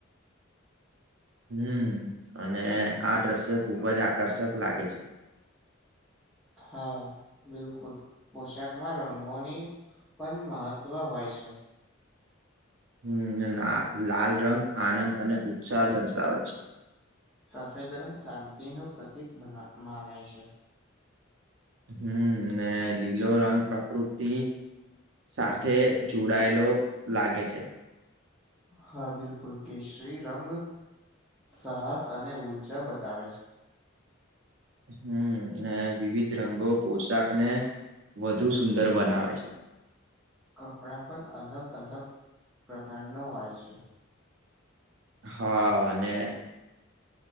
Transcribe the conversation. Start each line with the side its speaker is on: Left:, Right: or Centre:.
Right: હમ અને આ દ્રશ્ય ખુબ જ આકર્ષક લાગે છે.
Centre: હા બિલકુલ પોશાકમાં રંગોની પણ મહત્વ હોય છે.
Right: હમ આ લાલ રંગ આનંદ અને ઉત્સાહ દર્શાવે છે.
Centre: સફેદ રંગ શાંતિનું પ્રતિક મના માનાય છે.
Right: હમ ને લીલો રંગ પ્રકૃતિ તિ સાથે જોડાયેલો લાગે છે.
Centre: હા બિલકુલ કેશરી રંગ સાહસ અને ઉર્જા બતાવે છે.
Right: હમ ને વિવિધ રંગો પોશાક ને વધુ સુંદર બનાવે છે.
Centre: કપડા પણ અલગ અલગ પ્રકાર નુ હોય છે.
Right: હા અને.